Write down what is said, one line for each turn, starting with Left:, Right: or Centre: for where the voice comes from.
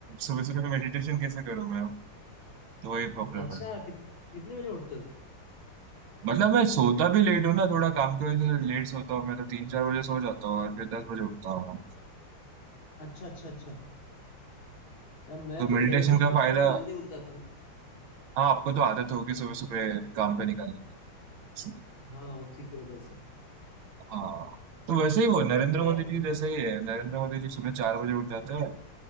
Right: सुबह सुबह मेडिटेशन कैसे करूँ मैं तो वही प्रॉब्लम
Left: अच्छा
Right: है
Left: कित, कितने बजे उठते हो
Right: मतलब मैं सोता भी लेट हूँ ना थोड़ा काम की वजह से लेट सोता हूँ मैं तो तीन चार बजे सो जाता हूँ और फिर दस बजे उठता हूँ
Left: अच्छा अच्छा अच्छा यार मैं
Right: तो
Left: तो
Right: मेडिटेशन
Left: लेट भी सोता
Right: का फायदा
Left: हूँ तो जल्दी उठ जाता हूँ
Right: हाँ आपको तो आदत होगी सुबह सुबह काम पे निकलने की इसलिए,
Left: हाँ उसी की वजह से
Right: हाँ तो वैसे ही वो नरेंद्र
Left: मेरा
Right: मोदी
Left: एक
Right: जी जैसा ही है नरेंद्र मोदी जी सुबह चार बजे उठ जाते हैं